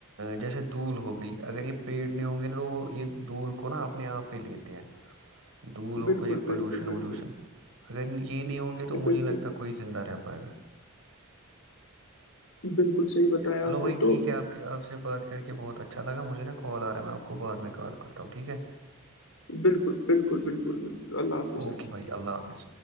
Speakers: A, on the right; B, on the left.
A: جیسے دول ہو گئی اگر یہ پیڑ نہیں ہوں گے نا تو وہ یہ دول کو نہا اپنے آپ پہ لے لیتے ہیں دول ہو
B: بالکل
A: کو یہ
B: بالکل
A: پولوشن
B: بالکل
A: وولوشن اگر یہ نہیں ہوں گے تو مجھے
B: بالکل
A: لگتا کوئی زند رہ پائے گا
B: بالکل صحیح بتایا
A: چلو
B: آپ
A: بھائی
B: نے تو
A: ٹھیک ہے آپ کہ آپ سے بات کر کے بہت اچھا لگا مجھے نا کال آ رہا ہے میں آپ کو بعد میں کال کرتا ہوں ٹھیک ہے
B: بالکل بالکل بالکل بالکل اللہ حافظ
A: اوکے بھائی اللہ حافظ